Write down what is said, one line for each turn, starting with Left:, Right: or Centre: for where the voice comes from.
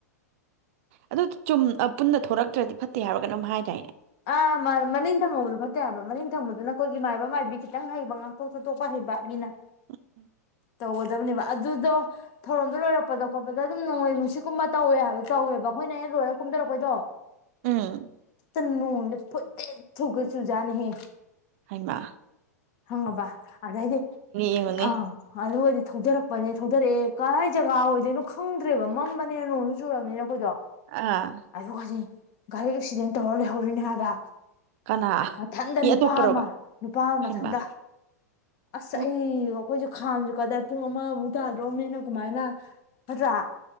Right: ꯑꯗꯣ ꯆꯨꯝ ꯑ ꯄꯨꯟꯅ ꯊꯣꯔꯛꯇ꯭ꯔꯗꯤ ꯐꯠꯇꯦ ꯍꯥꯏꯕ꯭ꯔ ꯀꯩꯅꯣꯝ ꯍꯥꯏꯗꯥꯏꯅꯦ
Left: ꯑꯥ ꯃꯥꯅꯦ ꯃꯅꯤꯡ ꯊꯪꯍꯧꯕꯗꯣ ꯐꯠꯇꯦ ꯍꯥꯏꯕ ꯃꯅꯤꯡ ꯊꯪꯕꯗꯨꯅ ꯑꯩꯈꯣꯏꯒꯤ ꯃꯥꯏꯕ ꯃꯥꯏꯕꯤ ꯈꯤꯇꯪ ꯍꯩꯕ ꯉꯥꯛꯊꯣꯛ ꯆꯊꯣꯛꯄ ꯍꯩꯕ ꯃꯤꯅ
Right: <inaudible>
Left: ꯇꯧꯒꯗꯕꯅꯦꯕ ꯑꯗꯨꯗꯣ ꯊꯧꯔꯝꯗꯣ ꯂꯣꯏꯔꯛꯄꯗ ꯈꯣꯠꯄꯗ ꯑꯗꯨꯝ ꯅꯣꯡꯂꯩ ꯅꯨꯡꯁꯤꯠꯀꯨꯝꯕ ꯇꯧꯋꯦ ꯍꯥꯏꯕ ꯇꯧꯋꯦꯕ ꯑꯩꯈꯣꯏꯅ ꯍꯦꯛ ꯂꯣꯏꯔꯒ ꯀꯨꯝꯗꯔꯛꯄꯩꯗꯣ
Right: ꯎꯝ
Left: ꯎꯝ ꯅꯣꯡꯖꯦ ꯐꯨꯗꯤꯠ ꯊꯨꯒꯩ ꯆꯨꯖꯥꯅꯤꯍꯦ
Right: ꯍꯩꯏꯃꯥ
Left: ꯍꯪꯉꯕ ꯑꯗꯩꯗꯤ
Right: ꯌꯦꯡꯉꯨꯅꯦ
Left: ꯑꯪ ꯑꯗꯨꯒꯗꯤ ꯊꯧꯗꯔꯛꯄꯅꯦ ꯊꯧꯗꯔꯛꯑꯦ ꯀꯔꯥꯏ ꯖꯒꯥ ꯑꯣꯏꯗꯣꯏꯅꯣ ꯈꯪꯗ꯭ꯔꯦꯕ ꯃꯝꯕꯅꯦ ꯅꯣꯡꯁꯨ ꯆꯨꯔꯕꯅꯤꯅ ꯑꯩꯈꯣꯏꯗꯣ
Right: ꯑꯥ
Left: ꯑꯗꯨꯒꯗꯤ ꯒꯥꯔꯤ ꯑꯦꯛꯁꯤꯗꯦꯟ ꯇꯧꯔ ꯂꯩꯍꯧꯔꯤꯅꯦ ꯍꯥꯏꯕ
Right: ꯀꯅꯥ
Left: ꯃꯊꯟꯗ
Right: ꯃꯤ
Left: ꯅꯨꯄꯥꯑꯃ
Right: ꯑꯇꯣꯞꯄꯔꯣꯕ
Left: ꯅꯨꯄꯥ ꯑꯃ
Right: ꯍꯩꯃꯥ
Left: ꯊꯟꯗ ꯑꯁꯁ
Right: ꯑꯣ
Left: ꯑꯩ ꯑꯩꯈꯣꯏꯁꯦ ꯈꯥꯝꯁꯨ ꯀꯗꯥꯏ ꯄꯨꯡ ꯑꯃꯃꯨꯛ ꯇꯥꯗ꯭ꯔꯣꯑꯕꯅꯤꯅ ꯀꯃꯥꯏꯅ ꯅꯠꯇ꯭ꯔꯥ